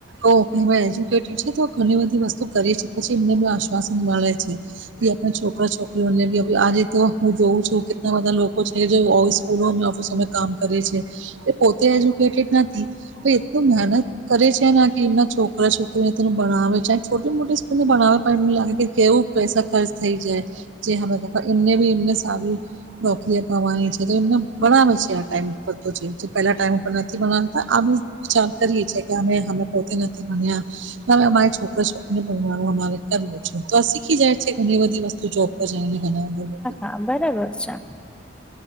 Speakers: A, on the right; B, in the centre.
A: ઓ કહેવાય એજ્યુકેટેડ છે તો ઘણી બધી વસ્તુ કરી છે પછી એમને બ આશ્વાસન મળે છે. કે આપણા છોકરા છોકરીઓને બી આજે તો હું જોઉં છું કેટલા બધા લોકો છે. જે ઓ સ્કૂલો ઓફિસો કામ કરે છે એ પોતે એજ્યુકેટેડ નથી. પણ એટલું મહેનત કરે છે ને કી એમના છોકરા છોકરીનેનું ભણાવે છે છોટી મોટી સ્કૂલને ભણાવે પણ ની લાગે કે કેવો પૈસા ખર્ચ થઈ જાય જે <unintelligible> એમને બી એમને સારી નોકરી તો વહે છે જેમના ભણાવે છે આ ટાઈમ પર તો જે પહેલા ટાઈમ ઉપર નથી ભણાવતા આ બી વિચાર કરીએ છીએ કે અમે અમે પોતે નથી ભણ્યા તો અમારે છોકરા છોકરી ને ભણવાનું અમારે કરવું છે તો આ શીખી જાય છે ઘણી બધી વસ્તુ જો <unintelligible> ને ઘણા લોકો
B: આ બરાબર છા.